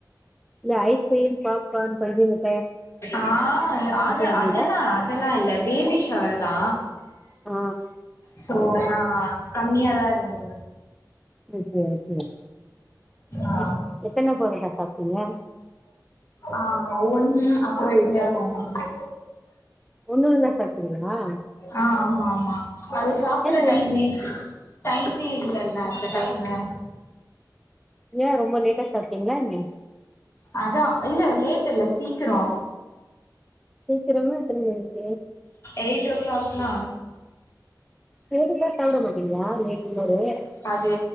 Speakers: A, in the centre; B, on the left.
A: இல்ல ஐஸ்கிரீம், பாப்கார்ன், பஞ்சு மிட்
B: ஆ அது
A: இருந்ததா
B: அதெல்லா அதெல்லா இல்ல பேபி ஷெவர்தா
A: ஆ
B: சோ ஆனா கம்மியாதா இருந்து
A: ஓகே ஓகே,
B: ஆ
A: எத் எத்தன பரோட்டா சாப்ட்டீங்க
B: ஆ ஒன்னு அப்பறோ இடியாப்பம் ஒன்னு
A: ஒன்னு ஒன்னுதா சாப்டீங்ளா
B: ஆ, ஆமா ஆமா அது சாப்புட்ற
A: ஒன்
B: டைமே டைமே இல்லல்ல அந்த டைமு
A: ஏ ரொம்ப லேட்டா சாப்டீங்களா என்ன
B: அதா இல்ல லேட் இல்ல சீக்கிரோ
A: சீக்கிரமா எத்தன மணிக்கு
B: எயிட் ஓக் கிளாக்லா
A: வேடிச்சா சாப்ட மாட்டீங்ளா <unintelligible>
B: அது